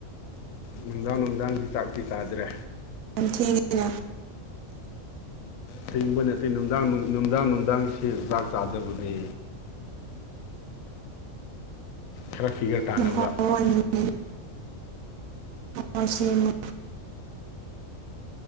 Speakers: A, on the left (about 75°); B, on the right (about 85°).
A: ꯅꯨꯡꯗꯥꯡ ꯅꯨꯡꯗꯥꯡꯗꯤ ꯆꯥꯛꯇꯤ ꯆꯥꯗ꯭ꯔꯦ
B: ꯊꯦꯡꯉꯤꯅ
A: ꯊꯦꯡꯕ ꯅꯠꯇꯦ ꯅꯨꯡꯗꯥꯡ ꯅꯨꯡ ꯅꯨꯡꯗꯥꯡ ꯅꯨꯡꯗꯥꯡꯁꯤ ꯆꯥꯛ ꯆꯥꯗꯕꯅꯦ ꯈꯔ ꯐꯤꯒꯔ ꯇꯥꯅꯕ
B: ꯌꯥꯝ ꯐꯥꯎꯔꯅꯤꯅꯦ ꯎꯟ ꯁꯦꯝꯃꯨ